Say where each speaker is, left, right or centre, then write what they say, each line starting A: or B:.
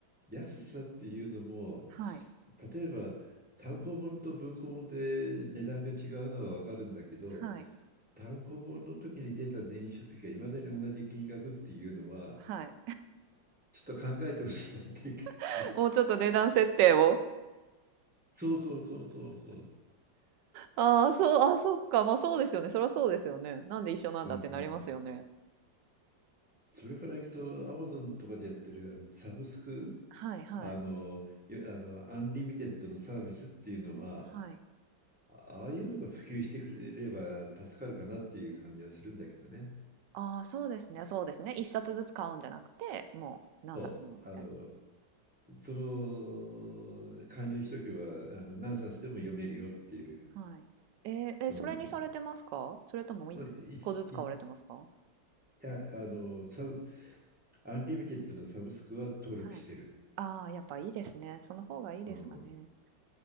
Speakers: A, in the centre; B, on the right.
A: 安さっていうのも、
B: はい。
A: 例えば単行本と文庫本で値段が違うのは分かるんだけど
B: はい。
A: 単行本の時に出た電子書籍がいまだに同じ金額っていうのは
B: はい。
A: ちょっと考えてほしいなっていう気がします。
B: <laughs> もうちょっと値段設定を。
A: そうそうそうそうそう。
B: ああ、そう、あー、そっか。まあそうですよね。そりゃそうですよね。なんで一緒なんだってなりますよね。
A: うんうんうん。それからいくと Amazon とかでやってるあのサブスク
B: はいはい
A: あのよあのアンリミテッドのサービスっていうのは
B: はい。
A: あああいうのが普及してくれれば助かるかなっていう感じはするんだけどね。
B: ああ、そうですね、そうですね。一冊ずつ買うんじゃなくて、もう何冊もみたい
A: そう。あのその加入しとけばあの何冊でも読めるよっていう、
B: な。はい。えーえ、
A: うん、
B: それにされてますかそれとも一個ずつ買われてますか
A: いいいやあのサブアンリミテッドのサブスクは登録してる、
B: はい。ああ、やっぱいいですね。その方がいいですかね。
A: うん、